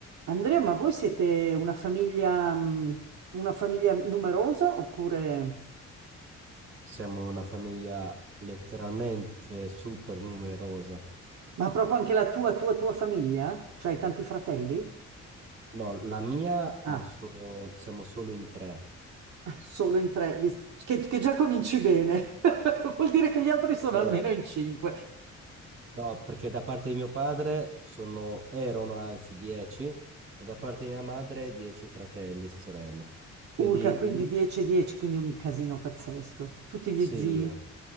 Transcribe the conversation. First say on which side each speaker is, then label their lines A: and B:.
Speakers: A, on the right; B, on the right.
A: Andrea, ma voi siete una famiglia, mh, una famiglia numerosa oppure...
B: Siamo una famiglia letteralmente super numerosa.
A: Ma proprio anche la tua, tua, tua famiglia? Cioè hai tanti fratelli?
B: No, la mia ha
A: Ah,
B: solo, siamo solo in tre.
A: solo in tre, vis- che, che già cominci bene. <laughs> Vuol dire che gli altri sono
B: E-
A: almeno in cinque.
B: no, perché da parte di mio padre sono, erano anzi dieci e da parte di mia madre dieci fratelli e sorelle.
A: <laughs>
B: Quindi
A: Urca, quindi
B: mm,
A: 10-10, quindi un casino pazzesco. Tutti gli
B: sì,
A: zii.